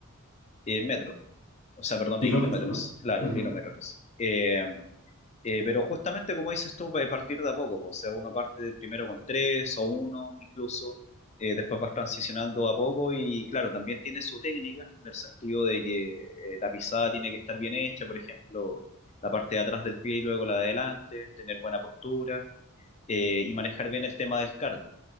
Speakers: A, on the left (about 30°); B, on the left (about 65°).
A: eh, metros. O sea, perdón,
B: Kilómetros,
A: de kilómetros,
B: ¿no?
A: claro,
B: Ujú.
A: kilómetros. Eh, eh, pero justamente como dices tú, va a partir de a poco, po. o sea, uno parte de primero con tres o uno incluso, eh, después vas transicionando a poco y claro, también tiene su técnica, en el sentido de que eh, la pisada tiene que estar bien hecha, por ejemplo, la parte de atrás del pie y luego la de adelante, tener buena postura eh, y manejar bien el tema del cardio.